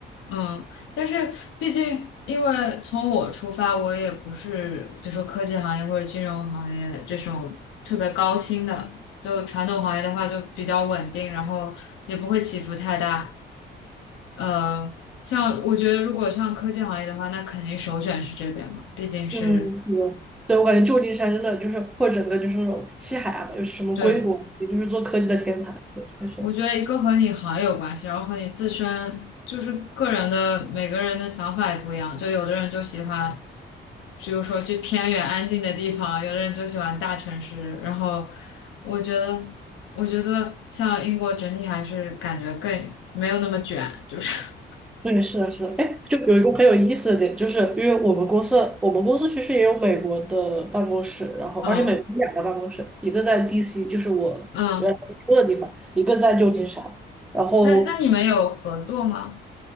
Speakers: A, on the left; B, in the centre.
A: 嗯，但是毕竟，因为从我出发，我也不是比如说科技行业或者金融行业这种特别高薪的，就传统行业的话就比较稳定，然后也不会起伏太大。呃，像我觉得如果像科技行业的话，那肯定首选是这边嘛，毕竟是
B: 嗯，对，对，我感觉旧金山真的就是，或者整个就是那种西海岸吧，就是什么硅谷，
A: 对。
B: 也就是做科技的天堂。对，确实，
A: 我觉得一个和你行业有关系，然后和你自身就是个人的每个人的想法也不一样。就有的人就喜欢，比如说去偏远安静的地方，有的人就喜欢大城市。然后我觉得，我觉得像英国整体还是感觉更没有那么卷，就是
B: 对，是的，是的。哎，就有一个很有意思的点，就是因为我们公司，我们公司其实也有美国的办公室，然后而且美国有两个办公室，
A: <laughs> 嗯
B: 一个在 DC，就是我原来住的地方，
A: 嗯。
B: 一个在旧金山。然后
A: 那那你们有合作吗？